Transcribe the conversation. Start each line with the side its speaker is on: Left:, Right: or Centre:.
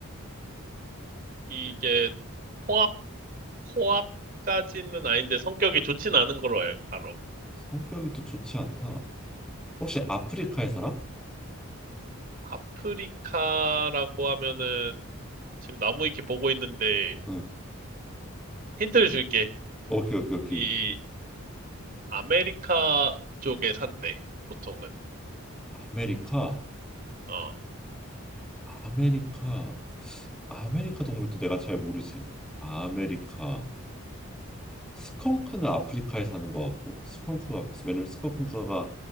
Right: 이게 포악, 포악까지는 아닌데 성격이 좋진 않은 걸로 알, 알아.
Centre: 성격이 또 좋지 않다. 혹시 아프리카에 살아?
Right: 아프리카라고 하면은 지금 나무 위키 보고 있는데
Centre: 응.
Right: 힌트를 줄게.
Centre: 오케이, 오케이, 오케이.
Right: 이 아메리카 쪽에 산대, 보통은.
Centre: 아메리카,
Right: 어.
Centre: 아메리카, 아메리카 동물도 내가 잘 모르지. 아메리카. 스컹크는 아프리카에 사는 것 같고, 스컹크가 왜냐면 스컹크가